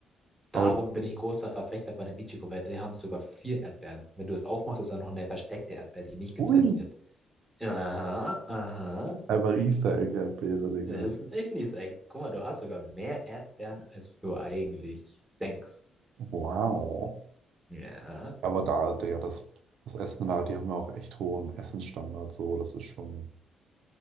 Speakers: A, in the centre; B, on the right (about 75°).
A: Darum
B: Aber die,
A: bin ich ein großer Verfechter von dem Ichigo, weil die haben sogar vier Erdbeeren. Wenn du es aufmachst, ist da noch eine versteckte Erdbeer, die nicht gezeigt
B: ui,
A: wird. Aha, aha.
B: einfach Easter Egg-Erdbeere, Digga.
A: Das ist ein Echnis, ey. Guck mal, du hast sogar mehr Erdbeeren, als du eigentlich denkst.
B: Wow.
A: Ja,
B: Aber da, der, das, das Essen da, die haben ja auch echt hohen Essensstandard, so, das ist schon,